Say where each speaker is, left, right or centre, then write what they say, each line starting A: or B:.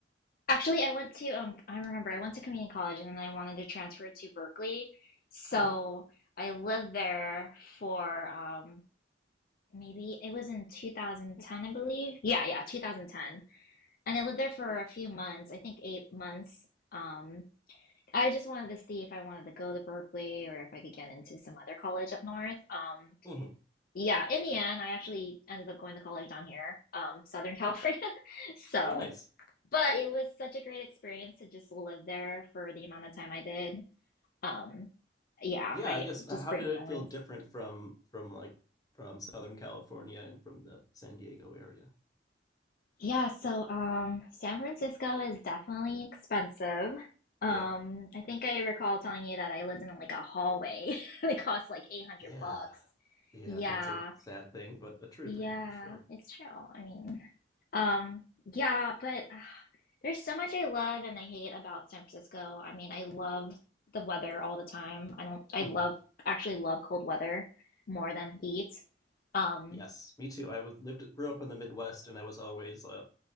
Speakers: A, on the left; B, on the left.
A: Actually, I went to um I remember I went to community college and then I wanted to transfer to Berkeley. So
B: hmm
A: I lived there for um maybe it was in 2010, I believe. Yeah, yeah, 2010. And I lived there for a few months, I think eight months. Um I just wanted to see if I wanted to go to Berkeley or if I could get into some other college up north. Um
B: hmm
A: yeah, in the end, I actually ended up going to college down here, um, Southern California. <laughs> So,
B: Oh, nice.
A: but it was such a great experience to just live there for the amount of time I did. Um, yeah,
B: Yeah,
A: I
B: I guess uh,
A: just
B: how
A: great
B: did
A: memories.
B: it feel different from from like from Southern California and from the San Diego area?
A: Yeah, so um, San Francisco is definitely expensive. Um,
B: Yep.
A: I think I recall telling you that I lived in like a hallway. <laughs> It cost like 800
B: Yeah.
A: bucks.
B: Yeah,
A: Yeah,
B: that's a sad thing, but a true
A: yeah,
B: thing for sure.
A: it's true. I mean, um, yeah, but. There's so much I love and I hate about San Francisco. I mean, I love the weather all the time. I don't, I
B: Mhm.
A: love, actually love cold weather more than heat. Um,
B: Yes, me too. I was lived grew up in the Midwest and I was always a